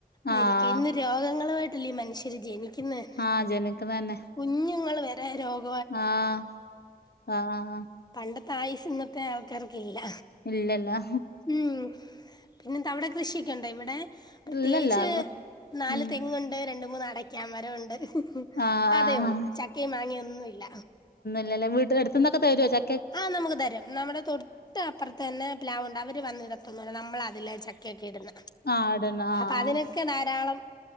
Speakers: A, on the left; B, on the left.
A: മരിക്കയാണ്
B: ആഹ്
A: രോഗങ്ങളുമായിട്ടല്ലേ മനുഷ്യര് ജനിക്കുന്നന്നെ.
B: ആഹ് ജനിക്കണന്നെ
A: കുഞ്ഞുങ്ങൾ വരെ രോഗ
B: ആഹ് ആഹ്
A: പണ്ടത്തെ ആയുസ് ഇന്നത്തെ ആൾക്കാർക്കില്ല
B: ഇല്ലല്ല
A: ഉം പിന്നെന്താ അവിടെ കൃഷിയൊക്കെണ്ടോ? ഇവിടെ പ്രത്യേകിച്ച്
B: ഇല്ലല്ല
A: നാല്
B: ഉം
A: തെങ്ങുണ്ട്, രണ്ട് മൂന്ന് അടക്കാ മരോണ്ട്
B: ആഹ്
A: അതേ
B: ആഹ്
A: ഉള്ളൂ. ചക്കേം മാങ്ങയൊന്നുല്ല
B: ഇല്ല അല്ലേ. വീട്ടിനടുത്തുന്ന് ഒക്കെ തരോ ച
A: ആഹ് നമുക്ക് തരും. നമ്മുടെ തൊട്ട പ്പർത്തന്നെ പ്ലാവ്ണ്ട്. അവര് വന്നിടത്തൊന്നുല്ല. നമ്മള അതിലെ ചക്കയൊക്കെ ഇടുന്ന
B: ആഹ് ഇടന്നെ
A: അപ്പൊ
B: ആഹ്
A: അതിനൊക്കെ ധാരാളം